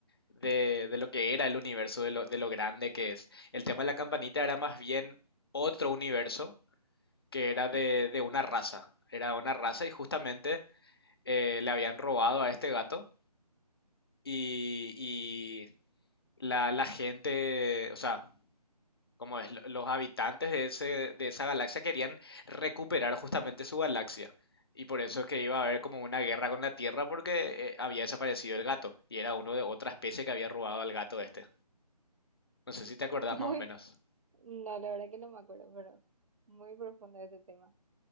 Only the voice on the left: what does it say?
de, de lo que era el universo, de lo, de lo grande que es. El tema de la campanita era más bien otro universo que era de, de una raza. Era una raza y justamente eh, le habían robado a este gato y, y la, la gente, o sea, como es, lo- los habitantes de ese, de esa galaxia querían recuperar justamente su galaxia. Y por eso es que iba a haber como una guerra con la Tierra porque eh, había desaparecido el gato y era uno de otra especie que había robado al gato este. No sé si te acordás
más o menos.